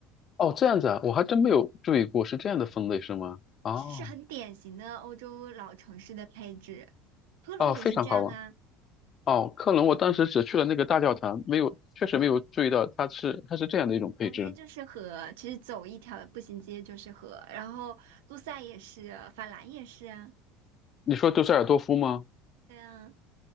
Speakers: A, on the left; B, on the right.
A: 哦，这样子啊，我还真没有注意过是这样的分类是吗？哦，
B: 是是很典型的欧洲老城市的配置。科隆也是这样啊。
A: 哦，非常好玩，哦，科隆我当时只去了那个大教堂，没有，确实没有注意到它是它是这样的一种配置。
B: 旁边就是河，其实走一条步行街就是河，然后路赛也是，法兰也是啊，
A: 你说杜塞尔多夫吗？
B: 对啊，